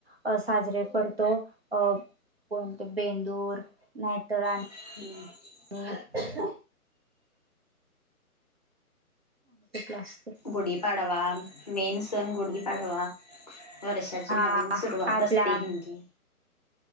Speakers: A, on the right (about 45°); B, on the left (about 30°).
A: अ साजरे करतो अ कोणते बेंदूर नाहीतर आणि.
B: <unintelligible>
A: हम्. <unintelligible>
B: गुढीपाडवा मेन सण गुढीपाडवा वर्षाची
A: हा
B: नवीन सुरुवात
A: आपला
B: असते हिंदी